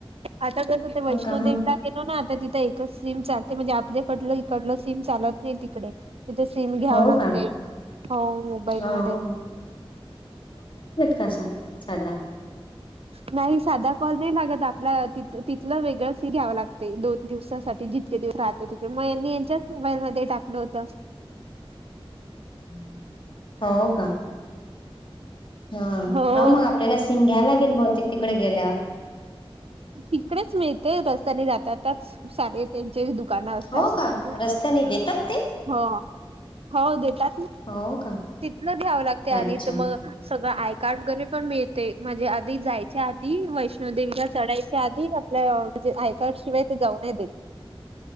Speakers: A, on the right (about 75°); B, on the left (about 55°).
A: आता कसं ते
B: हो
A: वैष्णोदेवीला
B: का मग.
A: गेलो ना आता तिथं एकच सीम चालते म्हणजे पडलं <unintelligible> इकडलं सीम चालत नाही तिकडे तिथे सिम घ्याव
B: हो
A: लागते
B: का?
A: हो मोबाईल
B: हो.
A: मध्ये
B: कसा साधदा
A: नाही साधा फल नाही लागत आपल्या त तिथलं वेगळंच घ्यावं लागते दोन दिवसासाठी जी इतके दिवस राहतो तिकडे मगनी <unintelligible> यांच्याच मोबाईल मध्ये टाकलं होत
B: <unintelligible> हो का हा
A: हो
B: मग आपल्याला सिम घ्यायला गेल बहुतेक तिकडे गेल्यावर
A: तिकडेच मिळते रस्त्याने जातातच सारे त्यांची दुकानवस्था
B: हो
A: असली
B: का? रस्त्याने देतात ते?
A: हो हो हो देतात
B: हो का?
A: तिथलं घ्यावं लागते आणि
B: अच्छा
A: तर मग सगळं आय कार्ड वगैरे <unintelligible> पण मिळ ते म्हणजे आधी जायच्या आधी वैष्णोदेवीला चढायच्या आधी आपल्याे <unintelligible> आयकाड शिवाय जाऊ नाय देत